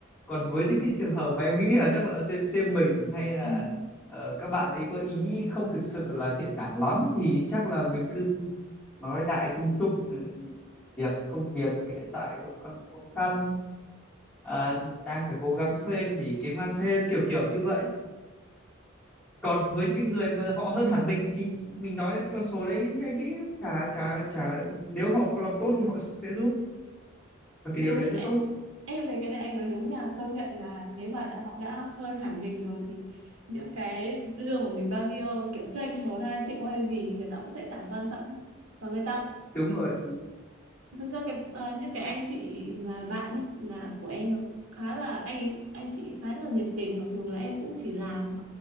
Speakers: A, in the centre; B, on the right.
A: còn với những cái trường hợp mà em nghĩ là chắc là xem xem mình hay là
B: Ừ.
A: ờ, các bạn ấy có ý không thực sự là thiện cảm lắm thì chắc là mình cứ nói đại chung chung ừ, việc công việc hiện tại vẫn còn khó khăn à, đang phải cố gắng thêm để kiếm ăn thêm kiểu kiểu như vậy còn với những cái người mà họ hơn hẳn mình thì mình nói cái con số đấy anh nghĩ cũng chả chả chả nếu họ có lòng tốt thì họ sẽ giúp và cái điều
B: đúng
A: đấy rất tốt
B: em thấy cái này em nói đúng nha công nhận là nếu mà đã họ đã hơn hẳn mình rồi thì những cái lương của mình bao nhiêu kiểu chênh một hai triệu hay gì thì người ta cũng sẽ chẳng quan trọng và người ta
A: đúng rồi
B: thực ra cái ờ, những cái anh chị là bạn ấy là của em là khá là anh ấy, anh chị khá là nhiệt tình mặc dù là em cũng chỉ làm